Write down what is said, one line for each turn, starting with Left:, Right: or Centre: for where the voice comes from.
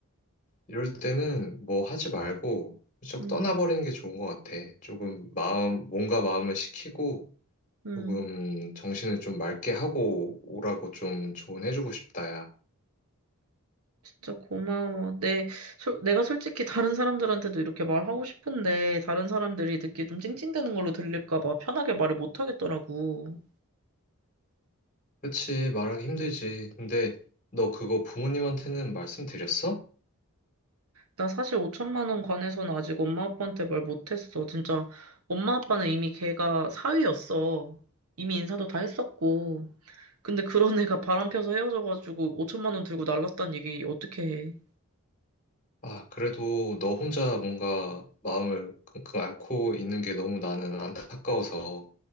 Left: 이럴 때는 뭐 하지 말고 훌쩍
Right: 음,
Left: 떠나버리는 게 좋은 것 같아. 조금 마음, 몸과 마음을 식히고
Right: 음.
Left: 조금 정신을 좀 맑게 하고 오라고 좀 조언해주고 싶다, 야.
Right: 진짜 고마워. 내, 솔- 내가 솔직히 다른 사람들한테도 이렇게 말하고 싶은데 다른 사람들이 듣기 좀 찡찡대는 걸로 들릴까 봐 편하게 말을 못 하겠더라고.
Left: 그치, 말하기 힘들지. 근데 너 그거 부모님한테는 말씀드렸어?
Right: 나 사실 5천만 원 관해서는 아직 엄마 아빠한테 말 못했어. 진짜 엄마 아빠는 이미 걔가 사위였어. 이미 인사도 다 했었고. 근데 그런 애가 바람 펴서 헤어져가지고 5천만 원 들고 날랐단 얘기 어떻게 해?
Left: 아, 그래도 너 혼자 뭔가 마음을 끙끙 앓고 있는 게 너무 나는 안타까워서